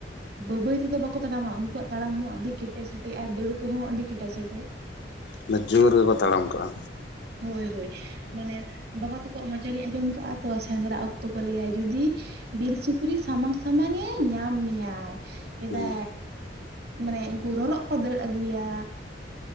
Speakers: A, on the right (about 60°); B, on the left (about 70°).
A: ᱵᱟᱹᱭᱼᱵᱟᱹᱭ ᱛᱮᱫᱚ ᱵᱟᱠᱚ ᱛᱟᱲᱟᱢᱟ ᱩᱱᱠᱩᱣᱟᱜ ᱛᱟᱲᱟᱢ ᱦᱚᱸ ᱟᱹᱰᱤ ᱠᱮᱴᱮᱡ ᱥᱮᱴᱮᱡᱼᱟ ᱫᱟᱹᱲ ᱠᱚᱦᱚᱸ ᱟᱹᱰᱤ ᱠᱮᱴᱮᱡ ᱥᱮᱴᱮᱡᱼᱼ
B: ᱚᱱᱟ ᱡᱳᱨ ᱜᱮᱠᱚ ᱛᱟᱲᱟᱢ ᱠᱟᱜᱼᱟ᱾
A: ᱦᱳᱭ ᱦᱳᱭ᱾ ᱢᱟᱱᱮ ᱵᱟᱵᱟ ᱛᱚᱠᱚᱣᱟᱜ ᱢᱚᱪᱟᱨᱤᱧ ᱟᱸᱡᱚᱢ ᱠᱟᱜᱼᱟ ᱛᱚ ᱥᱮᱸᱫᱽᱨᱟ ᱚᱠᱛᱚ ᱠᱚ ᱞᱟᱹᱭᱟ ᱡᱩᱫᱤᱼᱼ ᱵᱤᱨ ᱥᱩᱠᱨᱤ ᱥᱟᱢᱟᱝᱼᱥᱟᱢᱟᱝ ᱮᱸ ᱧᱟᱢ ᱢᱮᱭᱟᱭ ᱪᱮᱫᱟᱼᱼ
B: ᱦᱩᱸ
A: ᱢᱟᱱᱮ ᱩᱱᱠᱩ ᱨᱚᱨᱚᱜ ᱠᱚ ᱫᱟᱹᱲ ᱟᱹᱜᱩᱭᱟ